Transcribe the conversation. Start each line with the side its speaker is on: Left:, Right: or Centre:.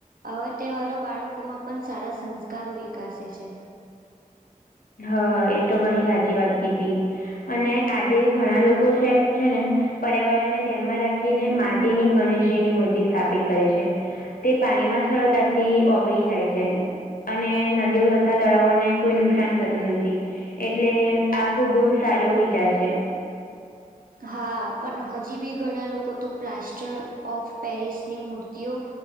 Right: આવા તહેવારો બાળકોમાં પણ સારા સંસ્કારો વિકસે છે.
Left: હા એ તો ઘણી સાચી વાત કીધી અને આજે ઘણા લોકો છે છે ને પર્યાવરણને ધ્યાનમાં રાખીને માટીની ગણેશજીની મૂર્તિ સ્થાપિત કરે છે. તે પાણી માં સરળતાથી ઓગળી જાય છે. અને નદીઓ તથા તળાવોને કોઈ નુકસાન. થતું નથી એટલે આ ખુબ સારુ વિચાર છે.
Right: હા પણ હજી બી ઘણા લોકો તો પ્લાસ્ટર ઓફ પેરિસની મૂર્તિઓ